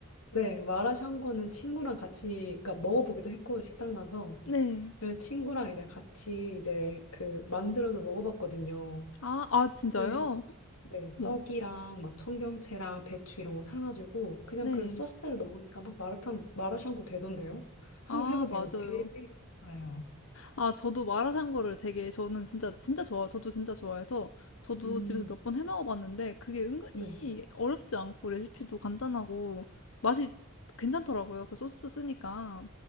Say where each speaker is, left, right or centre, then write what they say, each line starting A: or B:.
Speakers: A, on the left (about 90°); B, on the left (about 65°).
A: 네, 마라샹궈는 친구랑 같이, 그러니까 먹어보기도 했고, 식당 가서.
B: 네.
A: 그래서 친구랑 이제 같이 이제 그 만들어서 먹어봤거든요.
B: 아, 아 진짜요?
A: 근데 네,
B: 뭐.
A: 떡이랑 막 청경채랑 배추 이런 거 사가지고 그냥
B: 네.
A: 그 소스를 넣으니까 막 마라탕 마라샹궈 되던데요? 한번
B: 아,
A: 해보세요.
B: 맞아요.
A: 되게 괜찮아요.
B: 아, 저도 마라 샹궈를 되게 저는 진짜 진짜 좋아. 저도 진짜 좋아해서 저도
A: 음,
B: 집에서 몇 번 해 먹어 봤는데 그게 은근히
A: 네,
B: 어렵지 않고 레시피도 간단하고 맛이 괜찮더라고요. 그 소스 쓰니까.